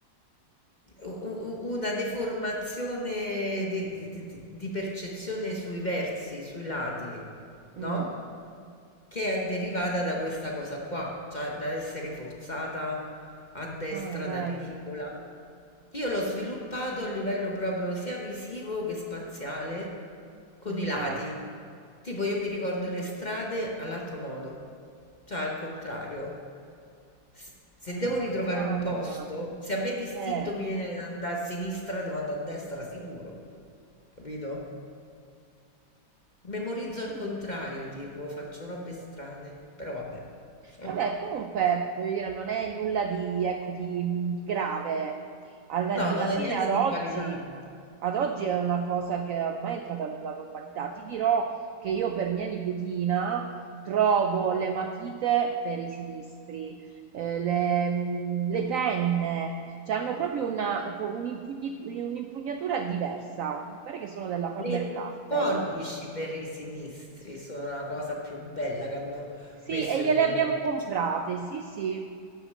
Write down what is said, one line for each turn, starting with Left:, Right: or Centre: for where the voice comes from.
Left: u- u- una deformazione di, di- di- di percezione sui versi, sui lati, no?
Right: Mm.
Left: Che è derivata da questa cosa qua, cioè da essere forzata a destra
Right: Ah, vedi,
Left: da piccola. Io l'ho sviluppato a livello proprio sia visivo che spaziale, con
Right: ok.
Left: i lati. Tipo, io mi
Right: Mm.
Left: ricordo le strade all'altro modo, cioè al contrario. S- Se devo
Right: Ah,
Left: ritrovare un posto, se a me d'istinto
Right: eh.
Left: mi viene da andare a sinistra, devo andare a destra sicuro, capito? Memorizzo al
Right: Mm.
Left: contrario, tipo, faccio robe strane, però vabbè. <laughs>
Right: Vabbè, comunque, voglio dire, non è nulla di, ecco, di, di grave. Alla,
Left: No,
Right: alla
Left: non è
Right: fine,
Left: niente
Right: ad
Left: di
Right: oggi,
Left: invalidante.
Right: ad oggi è una cosa che ormai è entrata nella normalità. Ti dirò che io per mia nipotina trovo le matite per i sinistri, eh, le, mm, le penne, cioè hanno proprio una, un'impugni- un'impugnatura diversa. Mi pare che sono della Faber-Castell.
Left: Le forbici per i sinistri sono la cosa più bella che hanno
Right: Sì,
Left: messo
Right: e gliele
Left: in commercio.
Right: abbiamo comprate, sì, sì.